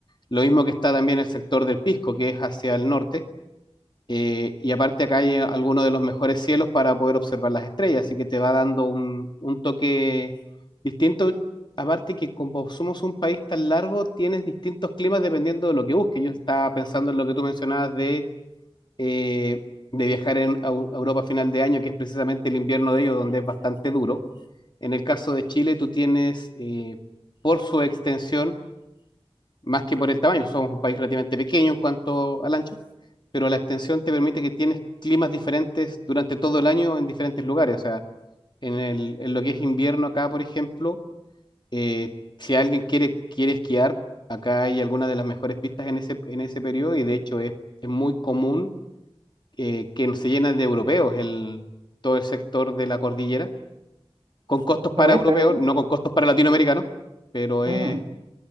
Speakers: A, on the left; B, on the right.
A: Lo mismo que está también el sector del Pisco, que es hacia el norte. Eh, y aparte acá hay eh, algunos de los mejores cielos para poder observar las estrellas, así que te va dando un, un toque distinto. Aparte que como somos un país tan largo, tienes distintos climas dependiendo de lo que busques. Yo estaba pensando en lo que tú mencionabas de, eh, de viajar en, a, Eu- a Europa a final de año, que es precisamente el invierno de ellos, donde es bastante duro en el caso de Chile, tú tienes, eh, por su extensión, más que por el tamaño, somos un país relativamente pequeño en cuanto al ancho, pero la extensión te permite que tienes climas diferentes durante todo el año en diferentes lugares. O sea, en el, en lo que es invierno acá, por ejemplo, eh, si alguien quiere, quiere esquiar, acá hay algunas de las mejores pistas en ese, en ese periodo y de hecho es, es muy común eh, que se llena de europeos el, todo el sector de la cordillera con costos para
B: ¿No voy
A: europeos,
B: a estar bien?
A: no con costos para latinoamericanos, pero es,
B: Ujú,